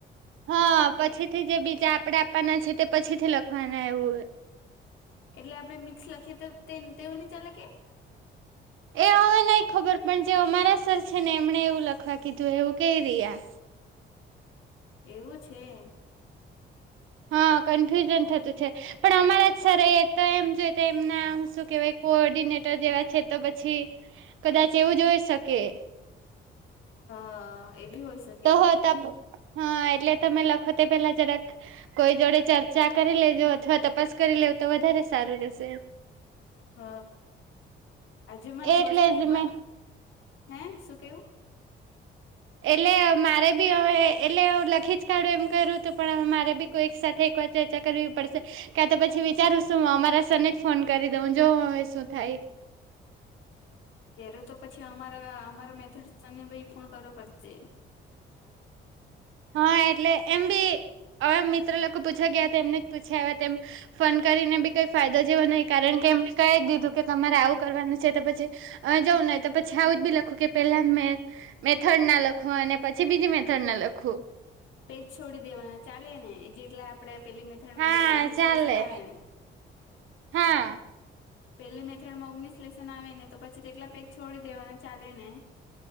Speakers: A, on the right; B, on the left.
A: હા, પછીથી જે બીજા આપડે આપવાના છે, તે પછી થી લખવાના એવું હોય.
B: એટલે આપડે મિક્સ લખીએ, તો તેવું નહી ચાલે કે?
A: એ હવે નહીં ખબર પણ જે અમારા સર છે ને, એમણે એવું લખવા કીધું એવું કઈ રહ્યા.
B: એવું છે.
A: હા, કન્ફ્યુઝન થતું છે, પણ અમારા જ સર એ તો એમ જો, તો એમના શું કેવાય? કો ઓર્ડિનેટર જેવા છે, તો પછી કદાચ એવું જોઈ શકે.
B: હા, એ બી હોય શકે.
A: તો હો, ત હા એટલે તમે લખો તે પેલા જરાક. કોઈ જોડે ચર્ચા કરી લેજો અથવા તપાસ કરી લેવું, તો વધારે સારું રહેશે એમ.
B: હ, આજે મને
A: એટલે
B: બસમાં એક
A: જ
B: બા.
A: મેં
B: હે, શું કેવું?
A: એટલે મારે બી હવે, એટલે હા, લખી જ કાઢવું એમ કર્યું હતું, પણ હ, મારે બી. કોઈ એક સાથે એક વાર ચર્ચા કરવી પડશે. ક્યા તો પછી વિચારું શું? અમારા સરને જ ફોન કરી દઉં. જો હવે શું થાય.
B: ત્યારે તો પછી અમારા અમારા મેથડ ભી પૂરુ કરવા પડશે.
A: હા, એટલે એમ બી હવે મિત્ર લોકો પૂછ્યા ગયા હતા, એમને જ પૂછ્યા આવ્યા તેમ. ફોન કરીને બી કઈ ફાયદો જેવો નહી, કારણ કે એમ કહી દીધું કે તમારે આવું કરવાનું છે તો પછી અ, જઉું નહી તો પછી આવું જ બી લખું કે પેલા મેં. મેથડ ના લખવું અને પછી બીજી મેથડ ના લખવું.
B: પેજ છોડી દેવાના ચાલે ને, જેટલા આપણેે પેલી મેથડ
A: હા
B: માં એ ઓગણીસ
A: ચાલે
B: વ્યસન આવી ને.
A: હા
B: પેલી મેથડ માં ઓગનીસ લેશન આવે ને, તો પછી તેટલા પેજ છોડી દેવાના ચાલે ને.